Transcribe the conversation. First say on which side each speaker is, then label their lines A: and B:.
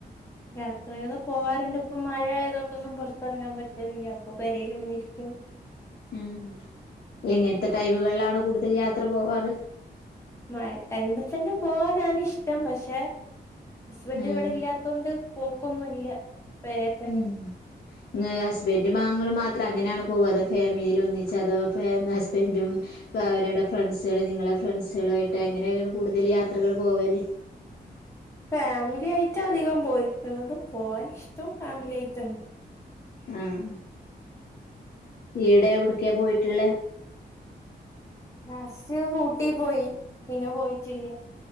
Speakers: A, on the left; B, on the left.
A: യാത്രകള് പോവാറുണ്ട് ഇപ്പ മഴ ആയത കൊണ്ടൊന്നും പുറത്തിറങ്ങാൻ പറ്റലില്ല അപ്പൊ പരൽ ഇങ്ങനെരിക്കും
B: ഉം എങ്ങനത്തെ ടൈമുകളിലാണ് കൂടുതൽ യാത്ര പോവാറ്
A: മ ടൈമിൽ തന്നെ പോവാനാണ് ഇഷ്ടം പക്ഷെ ഹസ്ബൻഡ്
B: ആഹ്
A: ഇവിടെ ഇല്ലാത്ത കൊണ്ട് പോക്കൊന്നുംല്ല പരെ തന്നെ
B: ഉം ഹസ്ബൻഡും മാങ്ങും മാത്രം അങ്ങനെയാണ് പോവ അതോ ഫാമിലിയിൽ ഒന്നിച്ച അതോ ഹസ്ബൻറും അവരുടെ ഫ്രണ്ട്സുക നിങ്ങളെ ഫ്രണ്ട്സുകളായിട്ട് എങ്ങനെയാണ് കൂടുതൽ യാത്രകൾ പോവര്
A: ഫാമിലിയിട്ട് അധികം പോയിക്കുന്നതും പോവാൻ ഇഷ്ടവും ഫാമിലി ആയിട്ട
B: ആഹ ഈടെ എവിടക്കാ പോയിട്ടുള്ളെ
A: ലാസ്റ്റ് ഊട്ടി പോയി പിന്നെ പോയിട്ടില്ല